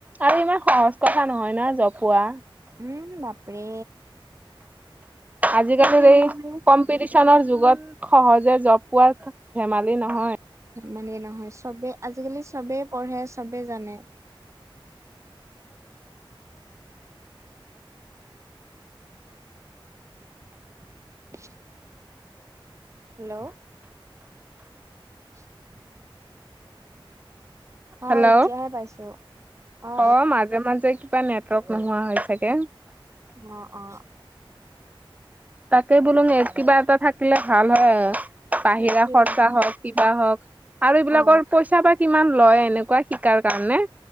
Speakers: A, on the right; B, on the right.
A: আৰু ইমান সহজ কথা নহয় না জব পোৱা।
B: উম বাপৰে।
A: আজিকালিৰ
B: আজিকালি
A: এই কম্পিটিচনৰ যুগত সহজে জব পোৱা ধেমালি নহয়।
B: মানে নহয় চবে আজিকালি চবেই পঢ়ে চবে জানে। <inaudible> হেলো! <inaudible> অ
A: হেল্ল',
B: এতিয়াহে পাইছো অ
A: অহ মাজে মাজে কিবা নেটৱৰ্ক নোহোৱা হয় চাগে।
B: অ অ।
A: তাকে বোলো <unintelligible> কিবা এটা থাকিলে ভাল হয় আৰু বাহিৰা
B: সেইটোৱে
A: খৰচা হওক। কিবা হওক আৰু এইবিলাকৰ
B: অ
A: পইচা বা কিমান লয় এনেকুৱা শিকাৰ কাৰণে।